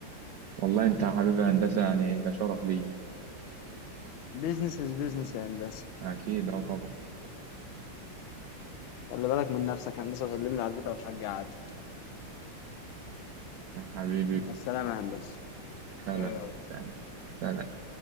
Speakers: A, on the right; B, on the left.
A: والله انت يا حبيبي هندسة يعني ده شرف لي
B: بيزنس از بيزنس يا هندسة
A: اكيد اه طبعا
B: خلي بالك من نفسك يا هندسة وسلم لي على البيت أو الحاج قعد
A: يا حبيبي
B: السلام يا هندسة
A: خالة
B: واو.
A: سلام سلام